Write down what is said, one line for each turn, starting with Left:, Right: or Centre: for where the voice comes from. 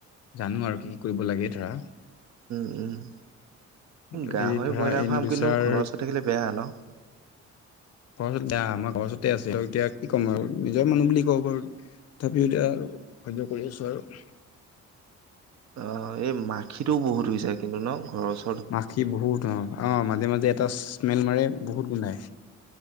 Left: জানোঁ আৰু কি কি কৰিব লাগে ধৰা।
Right: উম! উম!
Left: যদি
Right: গাহৰি,
Left: ধৰা
Right: ব্ৰইলাৰ
Left: ইন
Right: ফাৰ্ম
Left: ফিউচাৰ
Right: কিন্তু, ঘৰৰ ওচৰত থাকিলে বেয়া ন'?
Left: ঘৰৰ ওচত দিয়া আমাৰ ঘৰৰ ওচৰতে আছে সিহঁতক এতিয়া কি ক'ম আৰু নিজৰ মানুহ বুলি কব পাৰু। তথাপিও এতিয়া আৰু সয্য কৰি আছো আৰু।
Right: অ এই মাখিটোও বহুত হৈ যায় কিন্তু ন ঘৰৰ ওচ
Left: মাখি বহুত অ অ মাজে মাজে এটা স্মেল মাৰে বহুত গোন্ধায়।